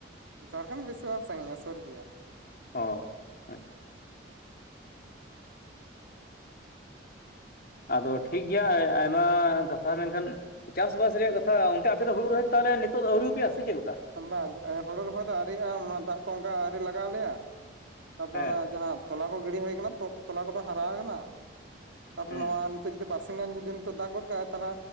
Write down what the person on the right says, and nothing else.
ᱡᱷᱟᱲᱠᱷᱚᱱᱰ ᱵᱮᱥᱤ ᱵᱟᱝ ᱥᱟᱹᱜᱤᱧᱟ ᱥᱳᱨ ᱜᱮᱭᱟ
ᱵᱟᱛ ᱦᱳᱲᱩ ᱨᱚᱦᱚᱭ ᱫᱚ ᱟᱣᱨᱤᱭᱟᱜ-ᱟ ᱫᱟᱜ ᱠᱚ ᱚᱝᱠᱟ ᱟᱨᱤ ᱞᱟᱜᱟᱣ ᱟᱞᱮᱭᱟ ᱛᱟᱯᱚᱨ
ᱚᱱᱟ ᱡᱟᱦᱟᱸ ᱛᱚᱞᱟ ᱠᱚ ᱜᱤᱰᱤ ᱦᱩᱭ ᱠᱟᱱᱟ ᱛᱚᱞᱟ ᱠᱚᱫᱚ ᱦᱟᱨᱟᱣ ᱠᱟᱱᱟ ᱛᱟᱯᱚᱨᱮ
ᱱᱟᱱ ᱛᱮ ᱡᱩᱫᱤ ᱵᱟᱨ ᱥᱤᱧ ᱜᱟᱱ ᱡᱩᱫᱤ ᱫᱟᱜ ᱜᱚᱫ ᱠᱟᱜᱟᱭ ᱛᱦᱞᱮ